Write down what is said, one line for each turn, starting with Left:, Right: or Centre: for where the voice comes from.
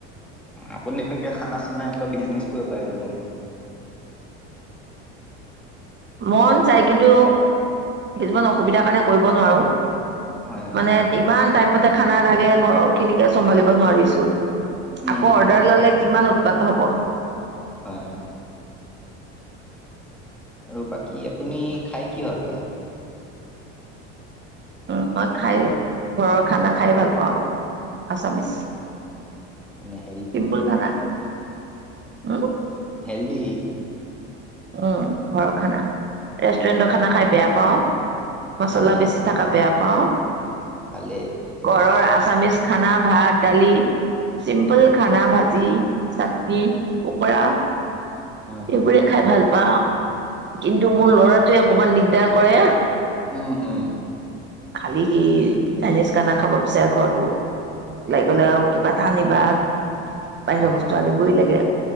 Centre: আপুনি সেনেকে খানা চানা এনেকুৱা বিজনেছ কৰিব পাৰে দেখোন।
Right: মন যাই কিন্তু, কিছুমান অসুবিধাৰ কাৰণে কৰিব নোৱাৰোঁ
Centre: হয় হয়
Right: মানে ইমান টাইমতে খানা লাগে ঘৰৰ খিনিকে চমভালিব নোৱাৰিছো
Centre: উম
Right: আকৌ অৰ্ডাৰ
Centre: উম
Right: ললে কিমান উৎপাত হব।
Centre: হয় হয়। আৰু বাকী আপুনি খাই কি ভাল পায়?
Right: উম মই <inaudible> খাই ঘৰৰ খানা খাই ভাল পাওঁ আৰু আছামিচ।
Centre: মানে <inaudible>
Right: চিম্পুল খানা, হম।
Centre: হেল্দি।
Right: উম ঘৰৰ খানা, ৰেষ্টুৰেণ্টৰ খানা খাই বেয়া পাওঁ।
Centre: উম
Right: মচলা বেচি থকা বেয়া পাওঁ,
Centre: ভালে ভালে
Right: ঘৰৰ আচামিছ খানা ভাত দালি, চিম্পল খানা ভাঁজি, চাটনি, কুকুৰা
Centre: হয় হয়
Right: এইবোৰে খাই ভাল পাওঁ। কিন্তু, মোৰ লৰাটোৱে অকমান দিগদাৰ কৰে।
Centre: অঁ হা <inaudible>
Right: খালি সি, চাইনিজ খানা খাব বিচাৰে ঘৰতটো ওলাই গ'লে আৰু কিবা আনিবা বাহিৰৰ
Centre: উম।
Right: বস্তু আনিবই লাগে,